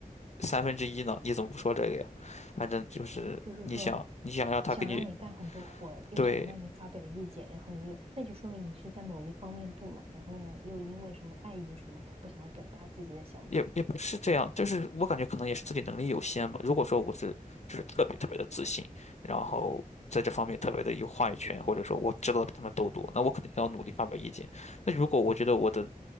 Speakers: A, on the left; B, on the right.
A: 三分之一呢，你怎么不说这个呀？反正就是你想你想让他给你
B: 就是说想让你干很多活儿，又想让你发表意见，
A: 对
B: 然后你又，那就说明你是在某一方面不满，然后呢，又因为什么碍于什么，他不想要表达自己的想法。
A: 也也不是这样，就是我感觉可能也是自己能力有限吧。如果说我是就是特别特别的自信，然后在这方面特别的有话语权，或者说我知道的比他们都多，那我肯定要努力发表意见。那如果我觉得我的